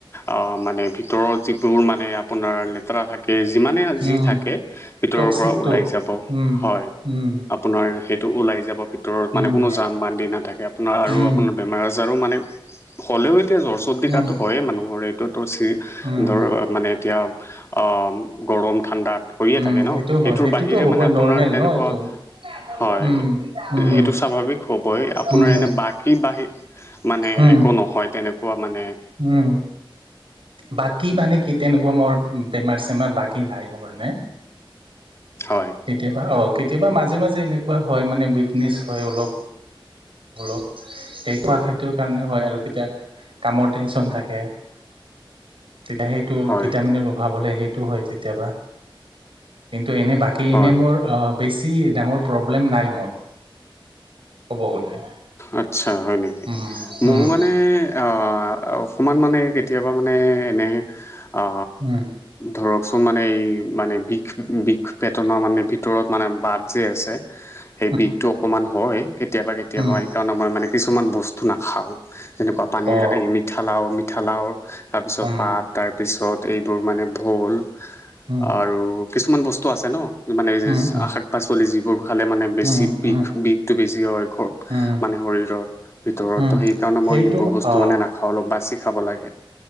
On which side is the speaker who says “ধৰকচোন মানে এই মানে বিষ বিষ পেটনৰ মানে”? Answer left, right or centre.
Left